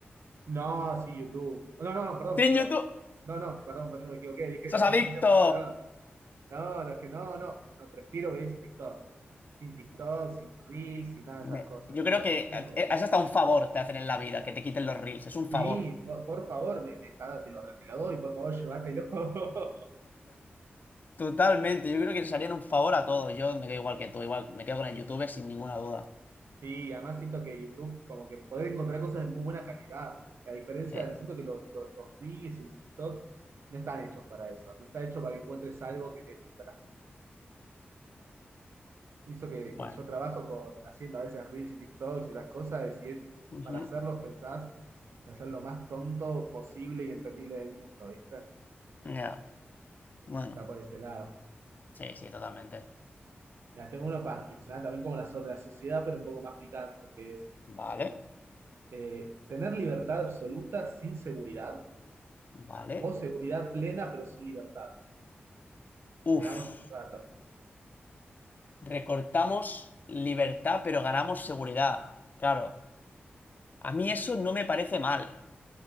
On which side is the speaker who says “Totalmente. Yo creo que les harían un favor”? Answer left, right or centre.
Left